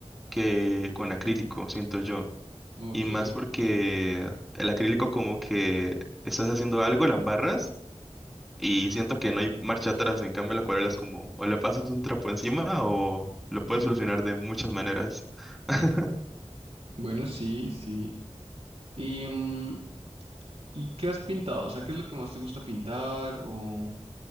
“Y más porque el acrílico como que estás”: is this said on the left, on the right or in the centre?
Centre